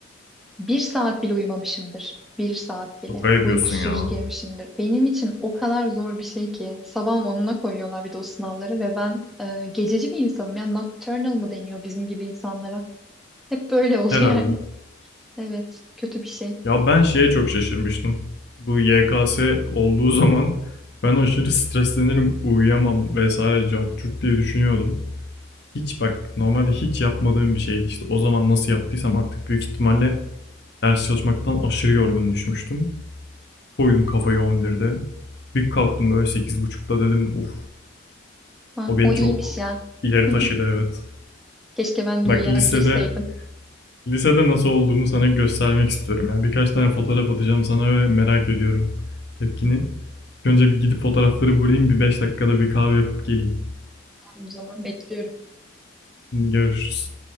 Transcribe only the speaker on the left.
Şaka
yapıyorsun
ya.
Herhalde.
Ya ben şeye çok şaşırmıştım. Bu YKS olduğu <laughs> zaman ben aşırı streslenirim, uyuyamam vesaire cart curt diye düşünüyordum. Hiç bak normalde hiç yapmadığım bir şeydi işte o zaman nasıl yaptıysam artık büyük ihtimalle ders çalışmaktan aşırı yorgun düşmüştüm. Koydum kafayı on birde. Bir kalktım böyle sekiz buçukta dedim uf
o beni
çok
ileri
taşıdı evet.
Bak
lisede
Lisede nasıl olduğumu sana göstermek istiyorum. Yani birkaç tane fotoğraf atacağım sana ve merak ediyorum tepkini. İlk önce bir gidip fotoğrafları bulayım. Bir 5 dakikada bir kahve yapıp geleyim.
Şimdi Görüşürüz.